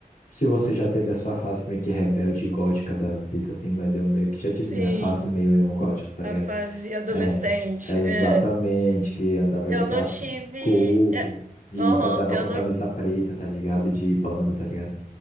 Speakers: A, on the left (about 70°); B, on the right (about 60°).
A: se você já teve a sua fase meio que rebelde e gótica da vida, assim, mas eu meio que já
B: Sim,
A: tive minha fase meio emo gótico, tá
B: a
A: ligado?
B: fase adolescente,
A: É, exatamente,
B: é.
A: que andava
B: Eu
A: de cap-
B: não tive.
A: gorro
B: é,
A: e
B: aham,
A: andava
B: eu
A: com
B: não
A: camisa preta, tá ligado? De banda, tá ligado?